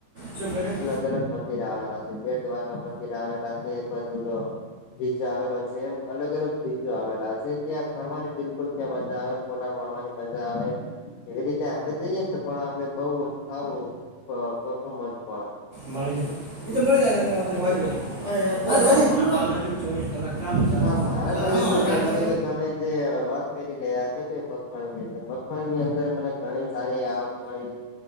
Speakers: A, on the right (about 45°); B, on the left (about 75°).
A: શું કર્યું
B: અલગ અલગ મંદિર આવેલા છે બેટ દ્વારકા મંદિર આવેલા છે પછી જો બ્રિજ આવેલો છે એમ અલગ અલગ બ્રિજો આવેલા છે ત્યાં ફરવાની બિલકુલ ત્યાં મજા આવે ફોટા પાડવાની મજા આવે એવી રીતે આપડે જઈએ ને તો પણ આપડે બઉ સારું પ પરફોર્મન્સ મળે
A: મળે જ <unintelligible>
B: હા મારે
A: જાય
B: બસ એટલું કેવું છે કે તમે જે વાત કરી રહ્યા છો કે મગફળીને મગફળી ની અંદર મને ઘણી સારી આવક મળી